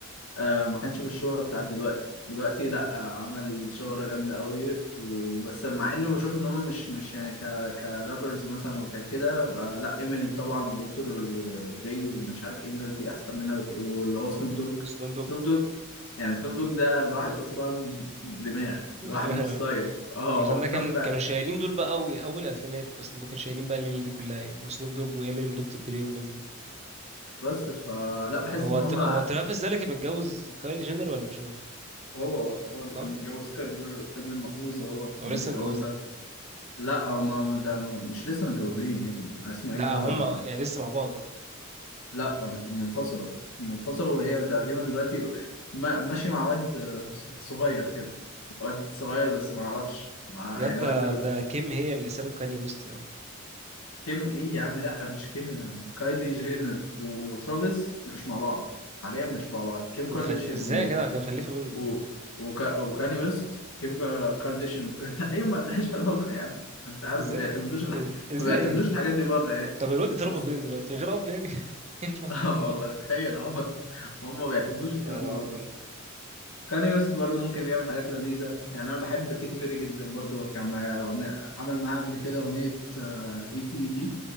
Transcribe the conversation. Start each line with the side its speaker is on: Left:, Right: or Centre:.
Left: آه ما كانش بالشهرة بتاعت دلوقتي دلوقتي لا آه عمل شهرة جامدة قوي و- بس مع اني بشوف ان هم مش مش يعني ك كرابرز مثلا وكده بقى- لا امينيم طبعا ودكتور دري ومش عارف ايه الناس دي احسن منها بك- واللي هو سنوب دوج
Right: سنوب
Left: سنوب
Right: دوج
Left: دوج يعني سنوب دوج ده الواحد اصلا دماغ
Right: <laughs>
Left: لوحده ستايل اه
Right: مثلا
Left: دماغ
Right: ده كان
Left: فعلا
Right: كانوا شايلين دول بقى قوي اول الفينات بس دول كانوا شايلين بقى الليله دي كلها يعني وسنوب دوج وامينيم دكتور دري والناس دي
Left: بس فلا بحس
Right: هو
Left: ان
Right: ت...
Left: هم
Right: هو ترافيس ده اللي كان متجوز كايلي جينر ولا مش هو
Left: هو هو اللي
Right: صح
Left: كان متجوز كان ابن المحظوظة هو اللي
Right: هو
Left: كان
Right: لسه
Left: متجوزها
Right: متجوزها
Left: لا هما ما ده مش لسه متجوزين يا ابني اسمه
Right: لا
Left: ايه ده
Right: هما يعني لسه مع بعض قصدي
Left: لا هم انفصلوا هم انفصلوا وهي تقريبا دلوقتي ما- ماشي مع واد آه، صغير كده واد صغير بس ما اعرفش مع
Right: ياد
Left: يعني
Right: ده
Left: واد ال-
Right: ده كيم هي اللي سابت كاني ويست اه
Left: كيم ايه يا عم لا مش كيم كايلي جينر وترافيس مش مع بعض حاليا مش مع بعض كيم
Right: دي
Left: كارديشيان
Right: مخل... ازاي
Left: و...
Right: يا جدع دي مخلفه منه
Left: و... وكا... وكاني ويست كيم كا- كارديشيان وكده <laughs> ايه ما لهاش <laughs> علاقة يا عم انت عارف
Right: ازاي
Left: ما بيعتمدوش الح...
Right: ازاي
Left: ما بيعتمدوش
Right: يعني
Left: الحاجات دي بره يعني
Right: طب الواد اتربى
Left: بس
Right: فين دلوقتي من غير اب يعني <laughs> ينفع
Left: اه والله تخيل عمر هم ما بيعتمدوش الكلام
Right: والله العظيم
Left: ده بره كاني ويست برضو ممكن بيعمل حاجات لذيذة يعني أنا بحب كيتي بيري جدا برضو كان معايا أغنية- عمل معاها قبل كده أغنية اي تي اي دي